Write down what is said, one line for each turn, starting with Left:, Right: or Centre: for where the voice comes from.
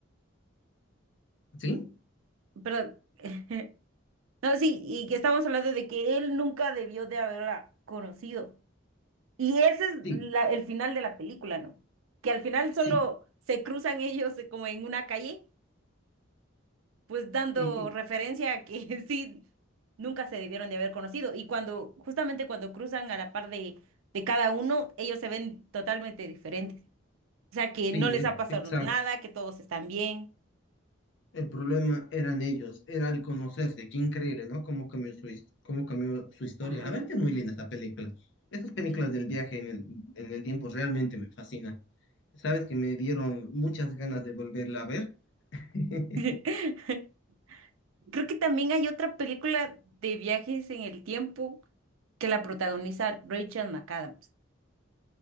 Left: ¿Sí?
Right: perdón. <laughs> No, sí, y que estábamos hablando de que él nunca debió de haberla conocido. Y ese es
Left: Sí,
Right: la- el final de la película, ¿no? Que al final
Left: sí.
Right: solo se cruzan ellos eh, como en una calle, pues dando
Left: Y, y-
Right: referencia a que <laughs> sí, nunca se debieron de haber conocido. Y cuando, justamente cuando cruzan a la par de, de cada uno, ellos se ven totalmente diferentes. O sea, que no
Left: sí,
Right: les
Left: e-
Right: ha pasado
Left: exacto.
Right: nada, que todos están bien.
Left: El problema eran ellos, era el conocerse. Qué increíble, ¿no? Cómo cambió su, his- cómo cambió su historia.
Right: Ajá.
Left: La verdad que es muy linda esta película. Estas películas
Right: sí.
Left: del viaje en el, en el tiempo realmente me fascinan. Sabes que me dieron muchas ganas de volverla a ver. <laughs>
Right: <laughs> Creo que también hay otra película de viajes en el tiempo que la protagoniza Rachel McAdams.